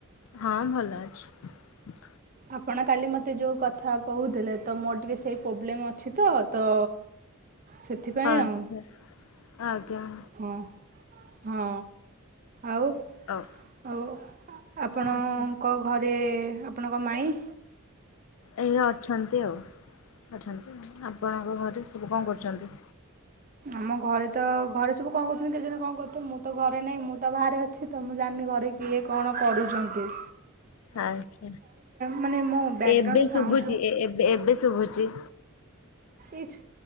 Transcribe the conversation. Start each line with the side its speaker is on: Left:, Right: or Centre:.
Left: ହଁ ଭଲ ଅଛି।
Right: ଆପଣ କାଲି ମତେ ଯୋଉ କଥା କହୁଥିଲେ ତ ମୋର ଟିକେ ସେଇ ପ୍ରୋବ୍ଲେମ ଅଛି ତ ତ ସେଥିପାଇଁ
Left: ଆଚ୍ଛା
Right: ଆଉ।
Left: ଆଜ୍ଞା।
Right: ହଁ ହଁ। ଆଉ
Left: ହଉ
Right: ଆଉ ଆପଣଙ୍କ
Left: ଆଚ୍ଛା।
Right: ଘରେ ଆପଣଙ୍କ ମାଇଁ?
Left: ଏଇ ଅଛନ୍ତି ଆଉ ଅଛନ୍ତି ଆପଣଙ୍କ ଘରେ ସବୁ କଣ କରୁଚନ୍ତି?
Right: ଆମ ଘରେ ତ ଘରେ ସବୁ କଣ କରୁଚନ୍ତି କେଜାଣି କଣ କରୁଥୁବେ ମୁଁ ତ ଘରେ ନାହିଁ ମୁଁ ତ ବାହାରେ ଅଛି ତ ମୁଁ ଜାଣିନି ଘରେ କିଏ କଣ କରୁଚନ୍ତି?
Left: ଆଛା
Right: ମାନେ ମୋ ବ୍ୟାକ୍ଗ୍ରାଉଣ୍ଡ
Left: ଏବେ
Right: ସାଉଣ୍ଡ
Left: ଶୁବୁଚି ଏବେ ଏବେ ଶୁବୁଚି।
Right: ଏଇ ଛୁ